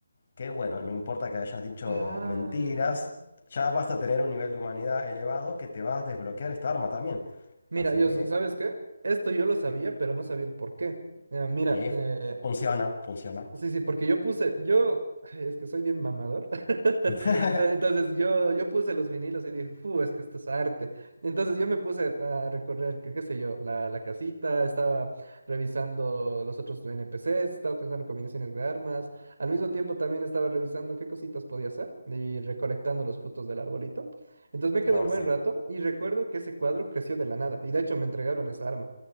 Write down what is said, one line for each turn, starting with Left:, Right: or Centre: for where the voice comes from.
Left: que, bueno, no importa que hayas dicho
Right: Ah.
Left: mentiras, ya vas a tener un nivel de humanidad elevado que te va a desbloquear esta arma también.
Right: Mira,
Left: Así
Right: yo,
Left: que,
Right: s- ¿sabes qué? Esto yo lo sabía,
Left: Sí.
Right: pero no sabía el por qué. Eh, mira,
Left: sí,
Right: eh,
Left: funciona, funciona.
Right: Sí, sí, porque yo puse, yo, ay, es que soy bien mamador. <laughs>
Left: <laughs>
Right: Ah, Entonces yo, yo puse los vinilos y dije, ¡fu! Es que esto es arte. Entonces yo me puse a recorrer, qué, qué sé yo, la, la casita, estaba revisando los otros NPCs, estaba pensando en combinaciones de armas. Al mismo tiempo también estaba revisando qué cositas podía hacer y recolectando los frutos del arbolito. Entonces me quedó
Left: Oh,
Right: un buen
Left: sí.
Right: rato y recuerdo que ese cuadro creció de la nada y de hecho me entregaron esa arma.